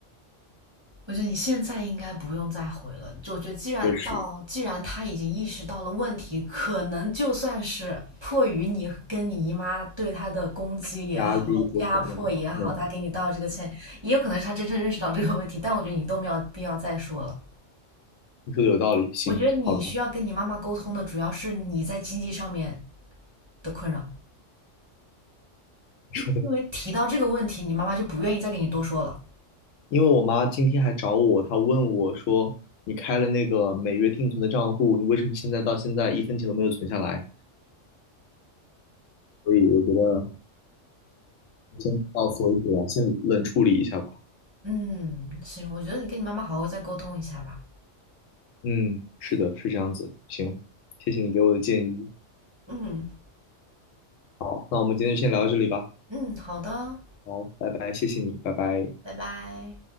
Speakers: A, on the right; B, on the left.
A: 我觉得你现在应该不用再回了。就我觉得，既然到，
B: 确实，
A: 既然他已经意识到了问题，可能就算是迫于你跟你姨妈对他的攻击也好，
B: 压力或怎样？
A: 压迫也好，
B: 嗯，
A: 他给你道这个歉，也有可能是他真正认识到这个问题。但我觉得你都没有必要再说了。
B: 你说的有道理，行，
A: 我觉得你需要跟你妈妈沟通的，
B: 好的，
A: 主要是你在经济上面的困扰，
B: 你说的。
A: 因为提到这个问题，你妈妈就不愿意再跟你多说了。
B: 因为我妈今天还找我，她问我说，你开了那个每月定存的账户，你为什么现在到现在一分钱都没有存下来？所以我觉得先到此为止吧，先冷处理一下吧。
A: 嗯，行，我觉得你跟你妈妈好好再沟通一下吧。
B: 嗯，是的，是这样子。行，谢谢你给我的建议。
A: 嗯
B: 好那我们今天就先聊到这里吧。
A: 嗯，好的。
B: 好，拜拜，谢谢你，拜拜。
A: 拜拜。